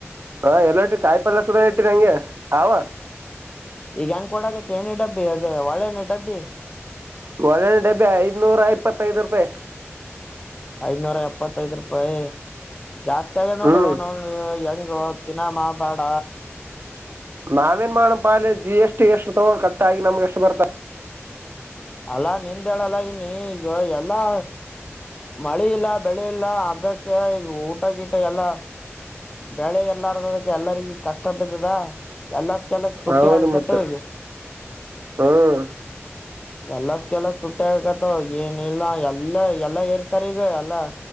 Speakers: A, on the right; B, on the left.
A: ಹಾ ಎಲ್ಲಟಿ ಕಾಯಿ ಪಲ್ ಸುದ ಇಟ್ಟ್ರಿ ನಂಗೆ ಅವ.
B: ಈಗ ಹೆಂಗ್ ಕೊಡಗತ್ತಿ ಎಣ್ಣಿ ಡಬ್ಬಿ ಅದು ಒಳೆಣ್ಣ ಡಬ್ಬಿ.
A: ಒಳ್ಳಣ ಡಬ್ಬೆ ಐನೂರ ಇಪ್ಪತ್ತೈದು ರೂಪಾಯಿ.
B: ಐನೂರ ಎಪ್ಪತ್ತೈದ ರೂಪಾಯಿ. ಜಾಸ್ತಿ ಆಗ ನೋಡು
A: ಹ್ಮ್
B: ನ ಹೆಂಗ. ದಿನಾಮ ಬಾಡ.
A: ನಾವೇನ್ ಮಾಡೋ ಪಾಲೆ ಜಿ ಎಸ್ ಟಿ ಎಷ್ಟು ತಗೊಂಡ್ ಕಟ್ಟಾಗಿ ನಮ್ಗೆ ಎಷ್ಟು ಬರ್ತಾ.
B: ಅಲ್ಲಾ ನಿಂದ ಹೇಳಲ್ಲಗಿನಿ ಈಗ ಎಲ್ಲಾ. ಮಳೆ ಇಲ್ಲ ಬೆಳೆ ಇಲ್ಲ ಅದಕ್ಕೆ ಈಗ ಊಟ ಗೀಟ ಎಲ್ಲ. ಬೆಳೆ ಎಲ್ಲಾರದದಕ್ಕೆ ಎಲ್ಲರಿಗ ಕಷ್ಟ ಬಿದ್ದದಾ. ಎಲ್ಲಸ್ ಕೆಲಸ ತುಟ್ಟಿ
A: ಹೌದು
B: ಆಗಕತ್ತವೆಗ.
A: ಮತ್ತ ಹ್ಮ್
B: ಎಲ್ಲಸ್ ಕೆಲ್ಲಸ ತುಟ್ಟಿ ಆಗಕತವ ಏನಿಲ್ಲ ಎಲ್ಲ ಎಲ್ಲ ಎರಸ್ತಾರ್ ಈಗ ಎಲ್ಲ.